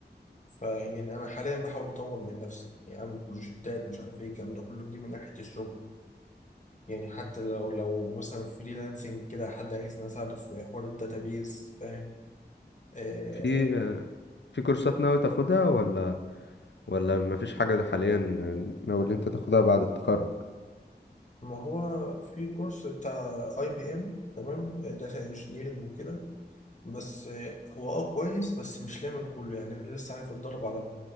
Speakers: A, on the left; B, on the left.
A: فيعني أنا حاليا بحاول أطور من نفسي يعني أعمل بروجكتات مش عارف ايه الكلام ده كله دي من ناحية الشغل يعني حتى لو لو مثلا فريلانسنج كده حد عايزني أساعده في حوار الداتابيز فاهم؟ آه
B: في آه، في كورسات ناوي تاخدها ولا ولا مفيش حاجة حاليا ناوي اللي انت تاخدها بعد التخرج
A: ما هو في كورس بتاع اي بي ام تمام داتا انجينيرنج وكده بس آه، هو اه كويس بس مش لامم كله يعني انا لسه عايز اتدرب على